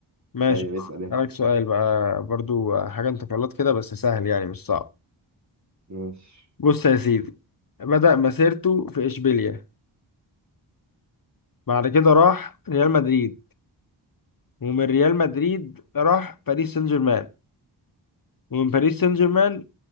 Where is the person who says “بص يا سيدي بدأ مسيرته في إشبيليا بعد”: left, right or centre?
Left